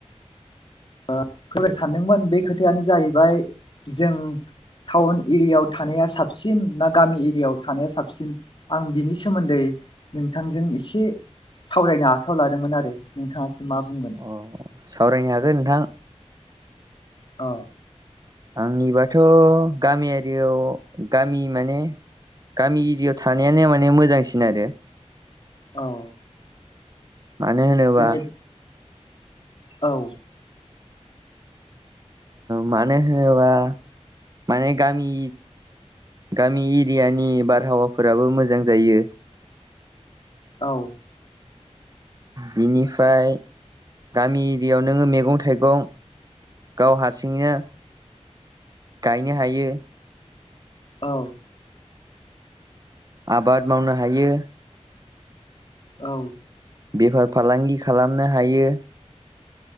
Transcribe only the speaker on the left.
<unintelligible> सानदोंमोन बे खोथायानो जाहैबाय जों टाउन एरियायाव थानाया साबसिन ना गामि एरियायाव थानाया साबसिन आं बिनि सोमोन्दै नोंथांजों एसे सावरायनो आखायाव लादोंमोन आरो नोंथाङासो मा बुंगोन।
औ
औ
जेने औ
औ
औ
औ